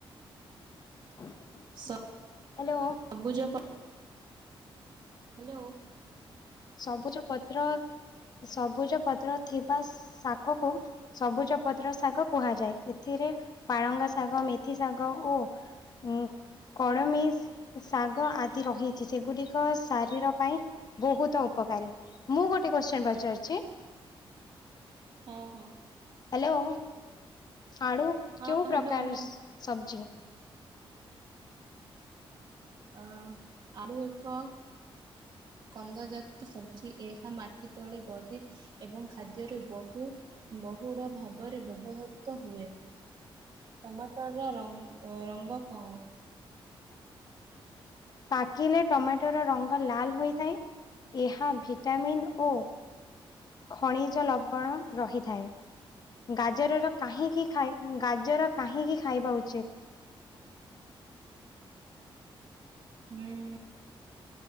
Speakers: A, on the left; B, on the right.
A: <inaudible>
B: ସ
A: ହ୍ୟାଲୋ
B: ସବୁଜ ପ ହ୍ୟାଲୋ
A: ସବୁଜ ପତ୍ର ସବୁଜ ପତ୍ର ଥିବା ଶାକ କୁ ସବୁଜ ପତ୍ର ଶାଗ କୁହାଯାଏ ଏଥିରେ ପାଳଙ୍ଗ ଶାଗ ମେଥି ଶାଗ ଓ ହୁଁ। କଡମି ଶାଗ ଆଦି ରହିଚି ସେଗୁଡିକ ଶାରୀର ପାଇଁ ବହୁତ ତ ଉପକାରୀ ମୁଁ ଗୋଟେ କୋଶ୍ଚିନ ପଚାରୁଚି
B: ହଁ ହଁ।
A: ହ୍ୟାଲୋ ଆଳୁ
B: ହଁ
A: କେଉଁ
B: ହ୍ୟାଲୋ
A: ପ୍ରକାରର
B: ହଁ।
A: ସବଜି?
B: ଅ ଆଳୁ ଏକ କନ୍ଦଜାତି ସବଜି ଏହା ମାଟି ତଳେ ବଢେ। ଏବଂ ଖାଦ୍ୟରେ ବହୁ ବହୁଡ ଭାବରେ ବ୍ୟବହୃତ ହୁଏ। ସମସ୍ତର ର ରଙ୍ଗ କଣ?
A: ପାକିଲେ ଟମାଟର ରଙ୍ଗ ଲାଲ ହୋଇଥାଏ ଏହା ଭିଟାମିନ୍ ଓ ଖଣିଜ ଲବଣ ରହିଥାଏ। ଗାଜରର କାହିଁକି ଖାଇ ଗାଜର କାହିଁକି ଖାଇବା ଉଚିତ୍?
B: ହୁଁ।